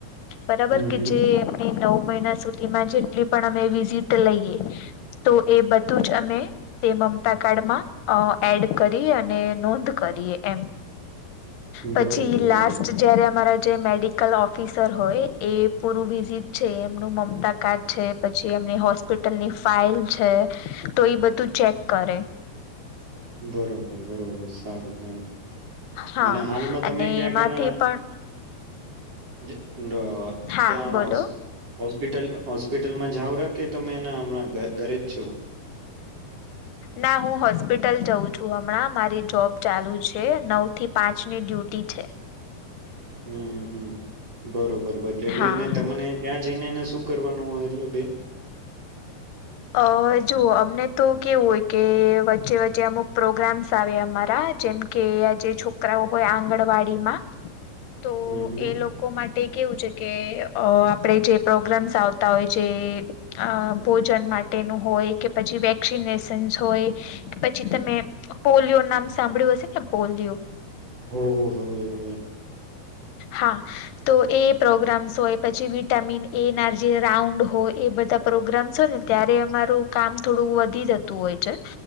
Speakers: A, on the left; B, on the right.
A: બરાબર,
B: હમ
A: કે
B: હમ
A: જે એમની નવ મહિના સુધીમાં જેટલી પણ અમે વિઝિટ લઈએ તો એ બધું જ અમે તે મમતા કાર્ડમાં અ એડ કરી અને નોંધ કરી લીએ એમ. પછી
B: બરોબર
A: લાસ્ટ
B: બરોબર
A: જ્યારે અમારા જે મેડિકલ ઓફિસર હોય, એ પૂરું વિઝિટ છે, એમનું મમતા છે પછી એ હોસ્પિટલની ફાઈલ છે, તો ઈ બધું ચેક કરે.
B: બરોબર, બરોબર સારું જા
A: હા
B: અને હાલમાં તમે
A: અને
B: ક્યાક
A: એમાંથી
B: એન
A: પણ
B: જ અ
A: હા
B: ત્યાંનો
A: બોલો
B: હોસ હોસ હોસ્પિટલ હોસ્પિટલમાં જાવરા કે તમેને હમણાં ઘ-ઘરે જ છો?
A: ના, હું હોસ્પિટલ જઉં છું. હમણાં મારી જોબ ચાલુ છે, નવ થી પાંચ ની ડ્યુટી છે.
B: હમ્મ, હમ્મ, હમ્મ, બરોબર એટલે
A: હા
B: ને તમને ત્યાં જઈને એને શું કરવાનું હોય ર બેન.
A: અહ જુઓ અમને તો કેવું હોય, કે વચ્ચે-વચ્ચે અમુક પ્રોગ્રામ્સ આવે અમારા જેમ કે આ જે છોકરાઓ હોય આંગણવાડીમાં, તો
B: હમ હમ
A: એ લોકો માટે કેવું છે, કે અહ આપડે જે પ્રોગ્રામ્સ આવતા હોય છે એ ભોજન માટ ટે તેનું હોય કે પછી વેક્સિનેશન હોય પ છી તમે પોલિયો નામ સાંભળ્યું હશે ના પોલિયો
B: હો હો હોય હોય.
A: હા તો એ પ્રોગ્રામ્સ હોય પછી વિટામિન એ ના જે રાઉન્ડ હોય એ બધા પ્રો પ્રોગ્રામસ હોય ને ત્યારે અમારું કામ થોડું વધી જતું હોય છે.